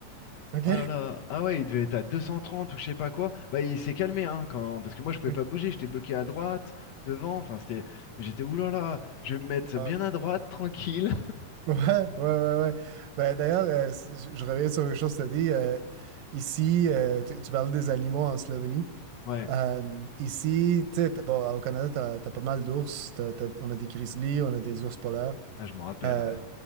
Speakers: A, on the right; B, on the left.
A: OK.
B: Oh là là, ah ouais, il devait être à 230 ou je sais pas quoi. Bah il s'est calmé hein quand parce que moi je pouvais
A: OK.
B: pas bouger, j'étais bloqué à droite, devant, enfin c'était mais j'étais ouh là là, je vais me mettre
A: Ouais,
B: bien à droite, tranquille.
A: <laughs> ouais, ouais, ouais. ouais. Ben, d'ailleurs, euh, c- je je reviens sur une chose que tu as dit. euh, ici, euh, tu, tu parles des animaux en Slovénie.
B: <laughs> Ouais,
A: Euh, ici, tu sais, t'as- bon, au Canada, tu as, pas mal d'ours. T'as- t'as- On a des grizzlies, on a des ours polaires.
B: ah je m'en rappelle,
A: Euh,
B: ouais.